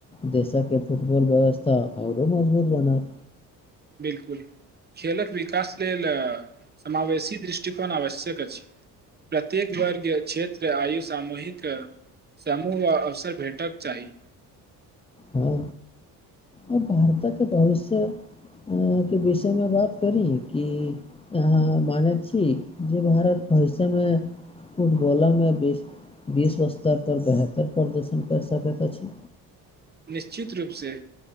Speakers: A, on the left; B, on the right.
A: देशक के फुटबॉल व्यवस्था आओरो मजबूत बनत।
B: बिलकुल। खेलक विकास लेल समावेशी दृष्टिकोण आवश्यक अछी प्रत्येक वर्ग क्षेत्र आयु सामूहिक समूह आ अवसर भेटक चाही
A: हँ आ भारतक भविष्य आंहा के विषय मे बात करी कि आंहा मान छी जे भारत भविष्यमे फुटबलमे बेस विश्व स्तर पर बेहतर प्रदर्शन कैर सकैत अछि
B: निश्चित रूपसे